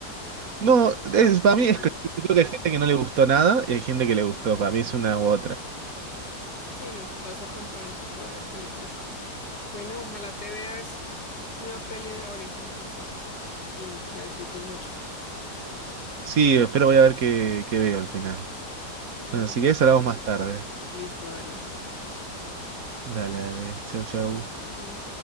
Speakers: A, on the right; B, on the left.
A: No, es-
B: vale
A: para
B: la pena
A: mí es
B: verlo.
A: que yo creo que hay gente que no le gustó nada y hay gente que le gustó. Para mí es una u otra.
B: Sí, no, pasa con todo el tipo de películas. Bueno, ojalá te veas una peli ahorita entonces y te la disfrutes mucho.
A: Sí, espero voy a ver qué, qué veo al final.
B: Bueno,
A: Bueno, si querés hablamos más tarde.
B: listo, dale.
A: Dale, dale. Chau, chau.
B: Chao.